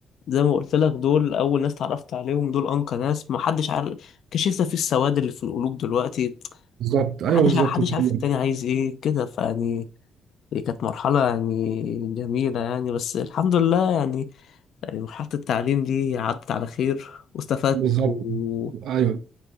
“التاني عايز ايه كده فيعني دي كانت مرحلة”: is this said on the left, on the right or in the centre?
Left